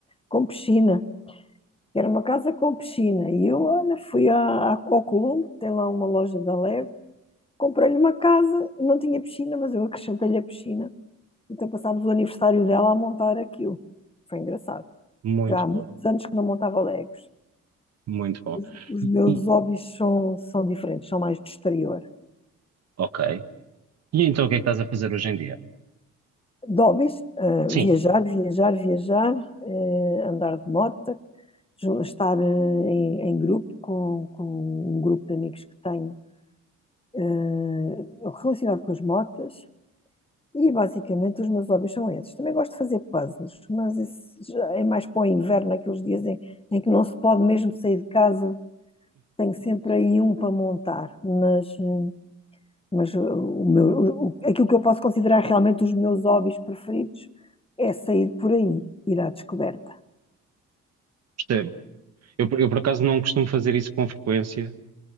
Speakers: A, on the left (about 20°); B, on the right (about 55°).
A: com piscina, que era uma casa com piscina. E eu, olha, fui à, à, ao Colombo, tem lá uma loja da Lego, comprei-lhe uma casa, não tinha piscina, mas eu acrescentei-lhe a piscina. Então passámos o aniversário dela a montar aquilo. Foi engraçado.
B: Muito
A: Já há muitos
B: bom,
A: anos que não montava Legos.
B: muito bom.
A: Os, os meus
B: E,
A: hobbies são, são diferentes, são mais de exterior.
B: ok. E então o que é que estás a fazer hoje em dia?
A: De hobbies, eh,
B: Sim,
A: viajar, viajar, viajar, eh, andar de moto, jo- estar eh, em, em grupo com, com um grupo de amigos que tenho eh, relacionado com as motas. E basicamente os meus hobbies são esses. Também gosto de fazer puzzles, mas isso já é mais para o inverno, naqueles dias em, em que não se pode mesmo sair de casa. Tenho sempre aí um para montar, mas eh, Mas uh, o meu, o- o- aquilo que eu posso considerar realmente os meus hobbies preferidos é sair por aí, ir à descoberta.
B: percebo. Eu, por- eu por acaso não costumo fazer isso com frequência,